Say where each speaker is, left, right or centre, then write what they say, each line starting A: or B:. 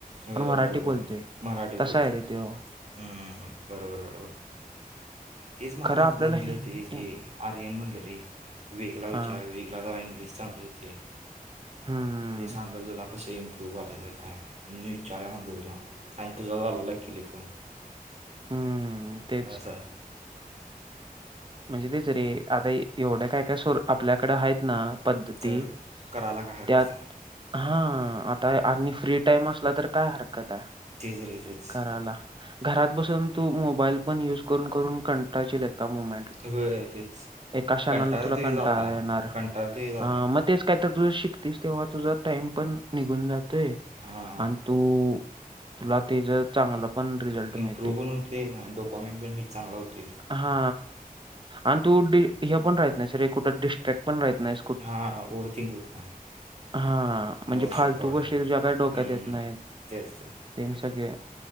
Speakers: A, on the right (about 45°); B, on the right (about 30°).
A: होय.
B: मराठी
A: बरोबर
B: बोलतोय
A: मराठी
B: तसं
A: बोलते.
B: आहे रे ते हो.
A: हं. बरोबर बरोबर. तेच मला
B: खरं आपल्याला
A: म्हटलं
B: हिं-
A: ते हे.
B: हि-
A: आर्यन म्हणलं रे, वेदला
B: हा
A: विचार वेदला जरा इंग्लिश चांगल येतंय.
B: हम्म
A: जे सांगल तुला. कसं इम्प्रूव्ह करायचं काय? मी विचाराव म्हटलं तुला आणि <unintelligible> केेल फोन.
B: हम्म. तेच
A: अस.
B: म्हणजे तेच रे. आता एवढ काय काय सोड. आपल्याकडे आहेत ना? पद्धती
A: तर करायला काय हरकत
B: त्यात,
A: आहे
B: हां. आणि फ्री टाइम असला तर काय हरकत आहे
A: तेच रे तेच
B: करायला? घरात बसून तू मोबाईल पण युज करून करून कंटाळशील लेका म -
A: होय तेच
B: एका क्षणाला
A: कंटाळतो
B: तुला
A: येत
B: कंटाळा
A: आता
B: येणार
A: कंटाळतो येत
B: हा
A: आता
B: मग तेच काय तर तुझं शिकतीस तेव्हा तुझा टाइम पण निघून जातोय
A: हां
B: आणि तु तुला तीज चांगला पण रिझल्ट मिळते.
A: इम्प्रूव्ह पण होते आणि डोपामेंट पण हिट चांगला होते
B: हा आणि तू हे पण राहत नाही रे कुठं डिस्ट्रॅक्ट पण राहत नाहीस
A: हां ओवरथिंक होत नाही.
B: हा म्हणजे
A: मोस्ट
B: फालतू
A: इम्पॉर्टंट
B: गोष्टी तुझ्या काय डोक्यात
A: हम्म,
B: येत नाहीत.
A: तेच तेच
B: ते सगळे